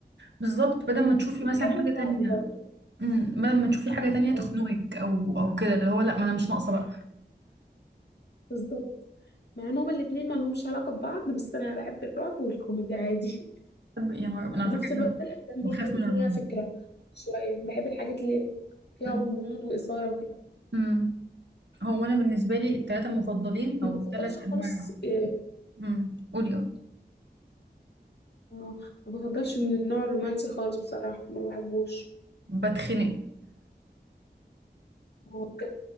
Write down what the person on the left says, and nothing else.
وبحب
الرعب
برضه
اه
بالظبط مع ان هما الاتنين ما لهمش علاقة ببعض بس انا بحب الرعب والكوميدي عادي
وفي
نفس
الوقت
الافلام
برضه اللي
فيها
فكره شويه بحب الحاجات اللي فيها
غموض واثاره وكده
ما
بفضلش
خالص إيه،
آه، ما بفضلش النوع الرومانسي خالص بصراحه ما بحبوش
هو بجد